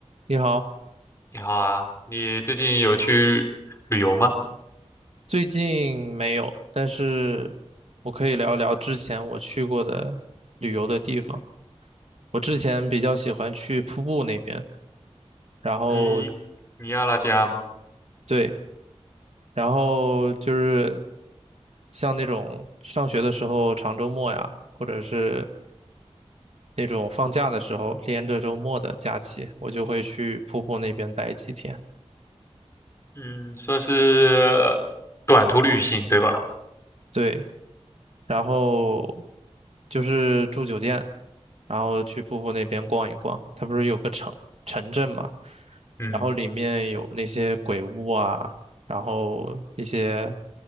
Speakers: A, on the right (about 70°); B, on the left (about 25°).
A: 你好，
B: 你好啊，你最近有去旅游吗？
A: 最近没有，但是我可以聊一聊之前我去过的旅游的地方。我之前比较喜欢去瀑布那边，然后
B: 你尼亚拉加吗？
A: 对，然后就是像那种上学的时候长周末呀，或者是那种放假的时候连着周末的假期，我就会去瀑布那边待几天。
B: 嗯，算是短途旅行，对吧？
A: 对，然后就是住酒店，然后去瀑布那边逛一逛。它不是有个城城镇嘛，
B: 嗯，
A: 然后里面有那些鬼屋啊，然后一些